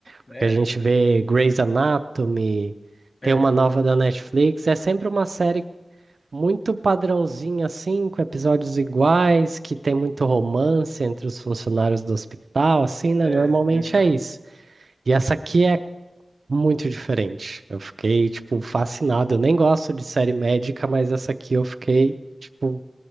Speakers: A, on the left; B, on the right.
A: né?
B: Porque a gente vê Grey's Anatomy,
A: É,
B: tem uma nova da Netflix, é sempre uma série muito padrãozinha, assim, com episódios iguais, que tem muito romance entre os funcionários do hospital, assim, né?
A: É,
B: Normalmente
A: então.
B: é isso. E essa aqui é muito diferente. Eu fiquei, tipo, fascinado. Eu nem gosto de série médica, mas essa aqui eu fiquei, tipo,